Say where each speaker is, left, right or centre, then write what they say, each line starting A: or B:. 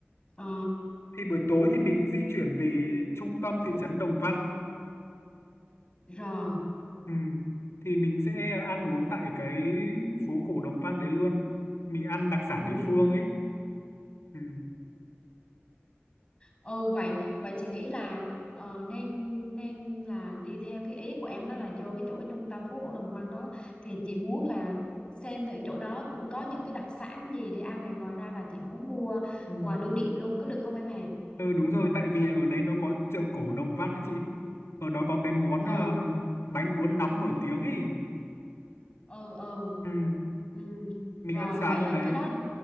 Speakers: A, on the left; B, on the left.
A: Ờ,
B: thì buổi tối thì mình di chuyển về trung tâm thị trấn Đồng Văn
A: rồi.
B: ừ. thì mình sẽ ăn uống tại cái phố cổ Đồng Văn đấy luôn mình ăn đặc sản
A: Ừ.
B: địa phương ấy ừ.
A: ừ vậy vậy chị nghĩ là ờ, nên nên là đi theo cái ý của em đó là vô cái chỗ cái trung tâm phố cổ Đồng Văn đó thì chị muốn là xem thử chỗ đó cũng có những cái đặc sản gì để ăn này ngoài ra là chị muốn mua
B: Ừ.
A: quà lưu niệm luôn có được không em hè
B: ừ đúng rồi tại vì ở đấy nó có chợ cổ Đồng Văn đấy chị ở đó có cái món
A: ờ
B: um, bánh cuốn nóng nổi tiếng ấy
A: ừ ừ
B: ừ.
A: ừ
B: mình
A: rồi
B: ăn sáng
A: vậy
B: ở
A: là
B: đấy
A: cái đó